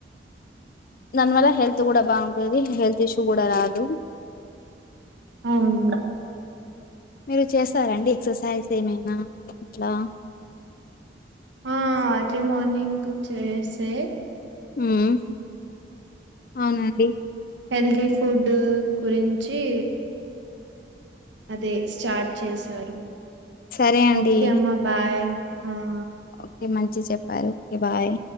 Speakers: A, on the left; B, on the right.
A: దానివల్ల హెల్త్ గుడా బాగుంటుది హెల్త్ ఇష్యూ గుడా రాదు.
B: అవును.
A: మీరు చేస్తారండి ఎక్సర్సైజ్ ఏమైనా అట్లా.
B: ఆ ఎర్లీ మార్నింగ్ చేసే
A: ఉమ్ అవునండి.
B: హెల్దీ ఫుడూ గురింఛీ. అదే స్టార్ట్ చేశారు
A: సరే అండి
B: ఓకే అమ్మా బాయ్. ఆ
A: ఓకే మంచిగ చెప్పారు ఓకే బాయ్.